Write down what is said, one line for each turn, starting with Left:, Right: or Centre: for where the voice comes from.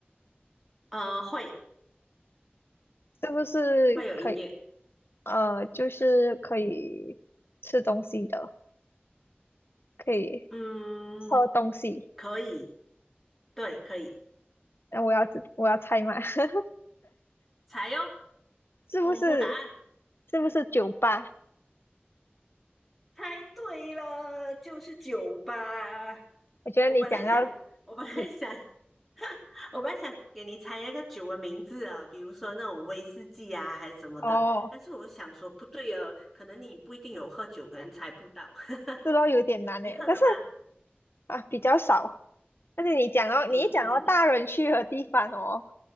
Centre: 呃，会
Left: 是不是可以？
Centre: 会有音乐，
Left: 呃，就是可以吃东西的，可以
Centre: 嗯，
Left: 喝东西。
Centre: 可以，对，可以。
Left: 那我要知我要猜嘛，<laughs> 是
Centre: 猜哟，
Left: 不是？
Centre: 公布答案，
Left: 是不是酒吧？
Centre: 猜对了，就是酒吧。
Left: 我觉得你讲到
Centre: 我本来想，<laughs> 我本来想，
Left: 你
Centre: <laughs> 我本来想给你猜那个酒的名字啊，比如说那种威士忌啊，还是什么的。
Left: 哦，
Centre: 但是我想说，不对哦，可能你不一定有喝酒，可能猜不到。<laughs>
Left: 这都有点难诶，
Centre: 你喝的吗？
Left: 但是啊比较少。但是你讲到你一讲到大人去的地方哦。
Centre: 嗯，